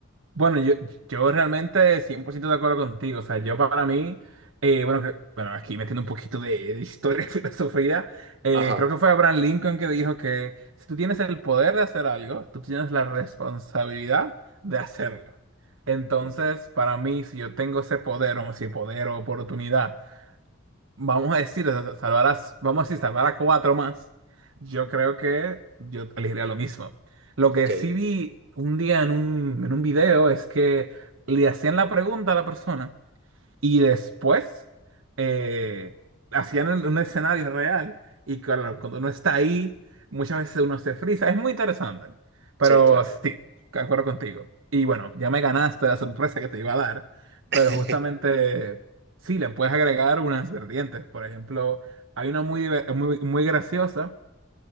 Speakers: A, on the right; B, on the right.
A: Bueno, yo, yo realmente 100% de acuerdo contigo. O sea, yo para mí, eh, bueno, que- bueno, aquí metiendo un poquito de, de historia <laughs> y filosofía, eh,
B: Ajá,
A: creo que fue Abraham Lincoln que dijo que si tú tienes el poder de hacer algo, tú tienes la responsabilidad de hacerlo. Entonces,
B: mm,
A: para mí, si yo tengo ese poder, o si poder o oportunidad vamos a decir, o sea, salvar a, vamos a decir, salvar a cuatro más, yo creo que yo elegiría lo mismo. Lo
B: ok,
A: que sí vi un día en un, en un video es que le hacían la pregunta a la persona. Y después eh, hacían un, un escenario real y claro, cuando uno está ahí, muchas veces uno se frisa. Es muy interesante. Pero
B: sí, claro.
A: sí, de acuerdo contigo. Y bueno, ya me ganaste la sorpresa que te iba a dar,
B: <laughs>
A: pero justamente sí, le puedes agregar unas vertientes. Por ejemplo, hay una muy, diver- muy, muy graciosa